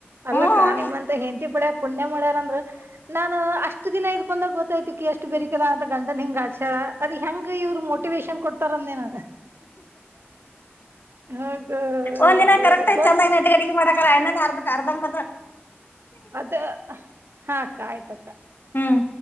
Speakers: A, on the right; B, on the left.
A: ಅಲ್ಲಕ್ಕ
B: ಹ್ಮ್
A: ನಿಮ್ಮಂತ ಹೆಂತಿ ಪಡ್ಯ ಪುಣ್ಯ ಮಾಡ್ಯಾರಂದ್ರ ನಾನು ಅಷ್ಟು ದಿನ ಇದ್ <unintelligible> ಹಾಗ
B: ಒಂದ್ ದಿನ
A: ದೇವ್ರ
B: ಕರೆಕ್ ಆಯ
A: ಗೊತ್
B: ಚೆಂದಾಗಿ ನ ಅಟಗಡಿಗೆ ಮಾಡ ರ ಇ್ಣ ಅರ್ಧ ಮರ್ದ
A: ಅದ ಹಾ ಅಕ್ಕ ಆಯ್ತ ಅಕ್ಕ
B: ಹ್ಮ್.